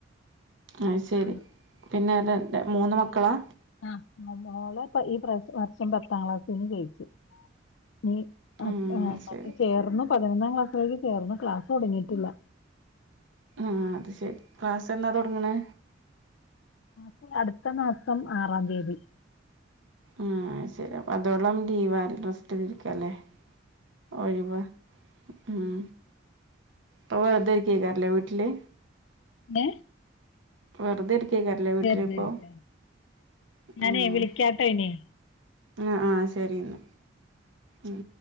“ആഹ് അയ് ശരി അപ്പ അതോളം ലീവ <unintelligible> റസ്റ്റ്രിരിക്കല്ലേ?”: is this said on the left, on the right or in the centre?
Right